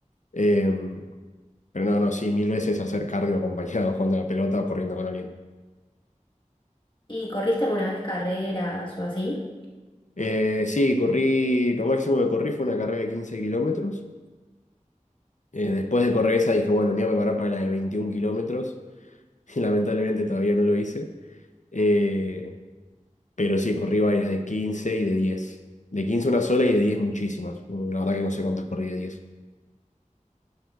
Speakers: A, on the left; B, on the left.
A: Eh, pero no, no, sí, mil veces hacer cardio acompañado, <laughs> jugando a la pelota o corriendo con alguien.
B: ¿Y corriste alguna vez carreras o así?
A: Eh, sí, corrí, lo máximo que corrí fue una carrera de 15 kilómetros. Eh, después de correr esa dije, bueno, me voy a preparar para la de 21 kilómetros. <laughs> Y lamentablemente todavía no lo hice. Eh, pero sí, corrí varias de 15 y de diez De 15 una sola y de 10 muchísimas. La verdad que no sé cuántas corrí de diez